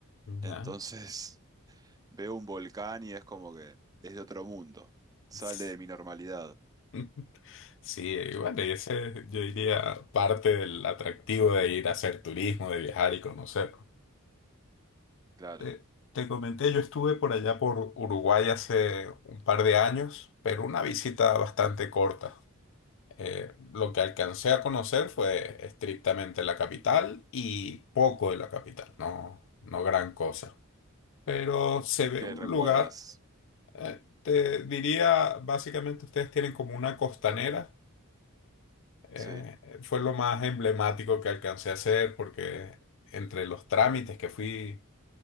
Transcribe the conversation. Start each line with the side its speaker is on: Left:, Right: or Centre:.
Left: Ya.
Right: Entonces, <laughs> veo un volcán y es como que es de otro mundo. Sale
Left: S-
Right: de mi normalidad,
Left: <laughs> Sí, eh, bueno, y ese yo diría parte del atractivo de ir a hacer turismo, de viajar y conocer.
Right: claro.
Left: Te, te comenté, yo estuve por allá por Uruguay hace un par de años, pero una visita bastante corta. Eh, lo que alcancé a conocer fue estrictamente la capital y poco de la capital, no, no gran cosa. Pero se ve
Right: ¿Qué
Left: un
Right: recuerdas?
Left: lugar, eh, te diría, básicamente ustedes tienen como una costanera, eh,
Right: Sí.
Left: fue lo más emblemático que alcancé a hacer porque entre los trámites que fui,